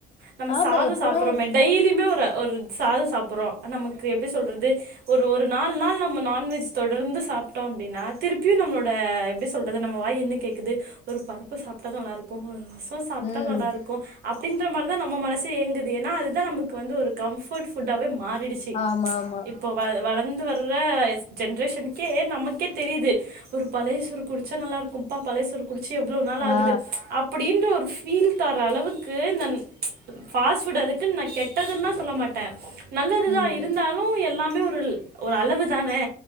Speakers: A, on the right; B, on the left.
A: நம்ம
B: ஆமா
A: சாதோ
B: எப்பனா
A: சாப்புறோமே டெய்லிமே ஒரு ஒரு சாதோ சாப்புறோ நமக் கு எப்டி சொல்றது ஒரு ஒரு நால் நாள் நம்ப நான்வெஜ் தொடர்ந்து சாப்ட்டோ அப்டினா திருப்பியு நம்ளோட எப்டிஸ் என்ன சொல்றது நம்ம வாய் என்ன கேக்குது ஒரு பருப்பு சாப்பிட்டாதா நல்லாருக்கும்னு ஆச <unintelligible> சாப்ட்டா
B: ம்
A: நல்லாருக்கோ அப்டின்ற மாறி தா நம்ப மனசு ஏங்குது ஏன்னா அது தா நமக் வந்து ஒரு கம்ஃபர்ட் ஃபுட்டாவே மாறிடுச்சி
B: ஆமா ஆமா
A: இப்போ வள வளந் வந்து வர்ற ஜெனரேஷனுக்கே நமக்கே தெரியுது ஒரு பழையசோறு குடுத்து ச்சா நல்லாருக்கும்ப்பா பழய சோறு குடிச்சு எவ்ளோ நாள் ஆகுது
B: ஆ
A: அப்படின்னு ஒரு ஃபீல் தரளவுக்கு இந்த ஃபாஸ்ட் ஃபுட் நா கெட்டதுன்லா சொல்ல மாட்டே நல்லதுதா
B: ம்
A: இருந்தாலு எல்லா இன்னுருல் ஒரு அளவு தானே